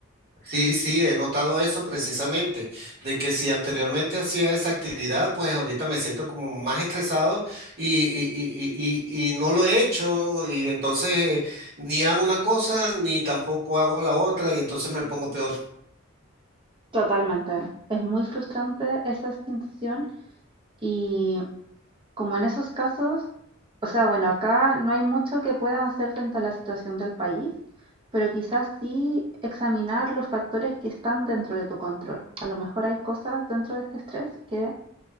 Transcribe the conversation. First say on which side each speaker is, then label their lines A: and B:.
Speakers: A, on the right; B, on the right.
A: Sí, sí, he notado eso precisamente, de que si anteriormente hacía esa actividad, pues ahorita me siento como más estresado y, y, y, y, y- y no lo he hecho y entonces eh, ni hago una cosa ni tampoco hago la otra y entonces me pongo peor.
B: Totalmente. Es muy frustrante esa sensación. Y como en esos casos, o sea, bueno, acá no hay mucho que puedas hacer frente a la situación del país, pero quizás sí examinar los factores que están dentro de tu control. A lo mejor hay cosas dentro de este estrés que,